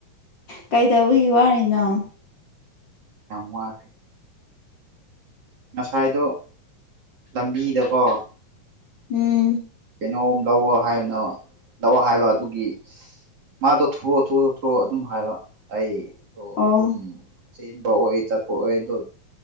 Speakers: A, on the left; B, on the right.
A: ꯀꯩꯗꯧꯕꯒꯤ ꯋꯥꯅꯣ
B: ꯋꯥꯔ ꯉꯁꯥꯏꯗꯣ ꯂꯝꯕꯤꯗꯀꯣ
A: ꯎꯝ
B: ꯀꯩꯅꯣꯝ ꯂꯧꯋ ꯍꯥꯏꯅ ꯂꯧ ꯍꯥꯏꯕ ꯑꯗꯨꯒꯤ ꯃꯥꯗꯣ ꯊꯣꯔꯛꯑꯣ ꯊꯑꯣ ꯊꯣꯔꯛꯑꯣ ꯑꯗꯨꯝ ꯍꯥꯏꯕ ꯑꯩꯗꯣ
A: ꯑꯣ
B: ꯑꯗꯨꯝ ꯆꯦꯟꯕ ꯑꯣꯏ ꯆꯠꯄ ꯑꯣꯏ ꯑꯗꯨ